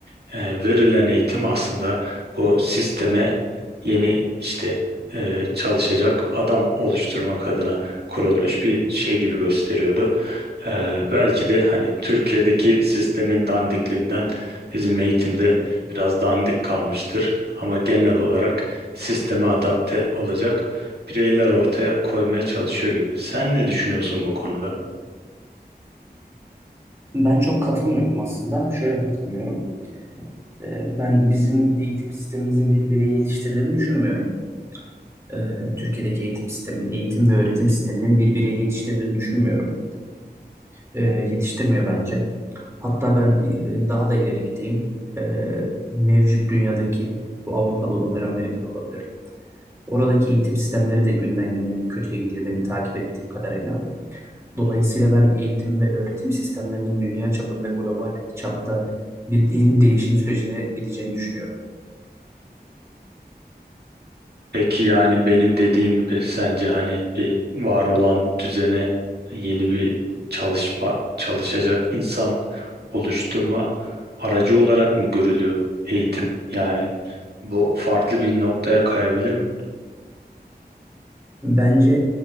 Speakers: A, on the right; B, on the right.
A: E, verilen eğitim aslında bu sisteme yeni işte e, çalışacak adam oluşturmak adına kurulmuş bir şey gibi gösteriyordu. E, belki de hani Türkiye'deki sistemin dandikliğinden bizim eğitimde biraz dandik kalmıştır. Ama genel olarak sisteme adapte olacak bireyler ortaya koymaya çalışıyor gibi. Sen ne düşünüyorsun bu konuda?
B: Ben çok katılmıyorum aslında. Şöyle katılmıyorum. Ee, Ben bizim eğitim sistemimizin bir bireyi yetiştirdiğini düşünmüyorum. Ee, Türkiye'deki eğitim sistemin, eğitim ve öğretim sisteminin bir bireyi yetiştirdiğini düşünmüyorum. Ee, Yetiştirmiyor bence. Hatta ben e, daha da ileri gideyim. Ee, Mevcut dünyadaki, bu Avrupa'da olabilir, Amerika'da olabilir. Oradaki eğitim sistemleri de günden güne kötüye gidiyor benim takip ettiğim kadarıyla. Dolayısıyla ben eğitim ve öğretim sistemlerinin dünya çapında global çapta bir de- değişim sürecine gideceğini düşünüyorum.
A: Peki yani benim dediğim gibi sence hani bir var olan düzene yeni bir çalışma çalışacak insan oluşturma aracı olarak mı görülüyor eğitim? Yani bu farklı bir noktaya kayabilir mi?
B: Bence